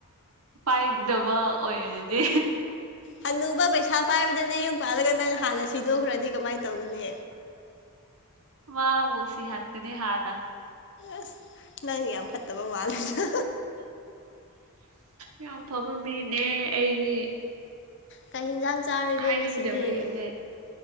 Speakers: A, on the right (about 70°); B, on the left (about 55°).
A: ꯄꯥꯏꯗꯕ ꯑꯣꯏ ꯑꯗꯨꯗꯤ
B: ꯍꯅꯨꯕ ꯄꯩꯁꯥ ꯄꯥꯏꯕꯗꯅꯦ ꯌꯨꯝ ꯄꯥꯜꯂꯒ ꯅꯪ ꯍꯥꯟꯅ ꯁꯤꯗꯣꯛꯈ꯭ꯔꯗꯤ ꯀꯃꯥꯏꯅ ꯇꯧꯒꯅꯤ
A: ꯃꯥꯕꯨ ꯁꯤꯍꯥꯟ ꯀꯅꯤ ꯍꯥꯥꯟꯅ
B: ꯑꯁ ꯅꯪ ꯌꯥꯝ ꯐꯠꯇꯕ ꯃꯥꯜꯂꯦꯅ
A: ꯌꯥꯝ ꯐꯕ ꯃꯤꯅꯦ ꯑꯩꯗꯤ
B: ꯀꯩ ꯌꯦꯤꯟꯖꯥꯡ ꯆꯥꯔꯒꯦ
A: ꯍꯥꯏꯅꯤꯡꯗꯕꯒꯤꯅꯦ
B: ꯉꯁꯤꯗꯤ